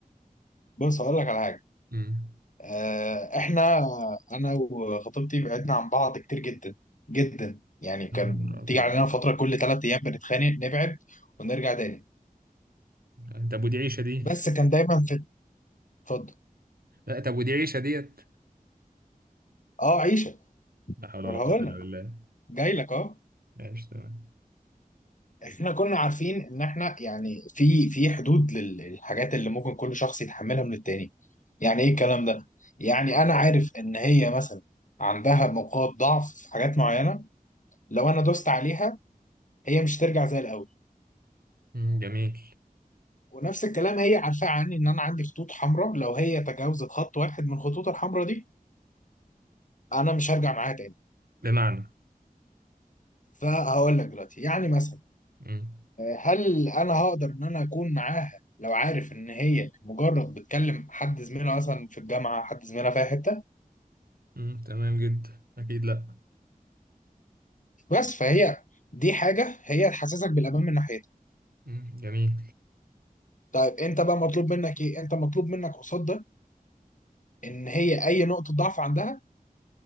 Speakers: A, on the left; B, on the right.
A: بص هقول لك على حاجه
B: امم
A: آه، احنا انا وخطيبتي بعدنا عن بعض كتير جدا جدا يعني كان
B: يا نهار ابيض
A: تيجي علينا فتره كل ثلاث ايام بنتخانق نبعد ونرجع تاني
B: انت ابو دي عيشة دي
A: بس كان دايما في اتفضل
B: لا انت ابو دي عيشة ديت
A: اه عيشه
B: لا حول
A: انا
B: ولا
A: هقول
B: قوة الا
A: لك
B: بالله
A: جاي لك اه
B: ماشي تمام
A: احنا كنا عارفين ان احنا يعني في في حدود لل- للحاجات اللي ممكن كل شخص يتحملها من التاني يعني ايه الكلام ده يعني انا عارف ان هي مثلا عندها نقاط ضعف في حاجات معينة لو انا دوست عليها هي مش ترجع زي الاول
B: مم، جميل
A: ونفس الكلام هي عارفة عني ان انا عندي خطوط حمراء لو هي تجاوزت خط واحد من الخطوط الحمراء دي انا مش هرجع معاها تاني
B: بمعنى
A: فهقول لك دلوقتي يعني مثلا
B: مم.
A: هل انا هقدر ان انا اكون معاها لو عارف ان هي مجرد بتكلم حد زميلها مثلا في الجامعه حد زميلها في أي حته
B: مم، تمام جدا اكيد لا
A: بس فهي دي حاجه هي تحسسك بالامان من ناحيتها
B: مم، جميل
A: طيب انت بقى مطلوب منك ايه انت مطلوب منك قصاد ده ان هي اي نقطه ضعف عندها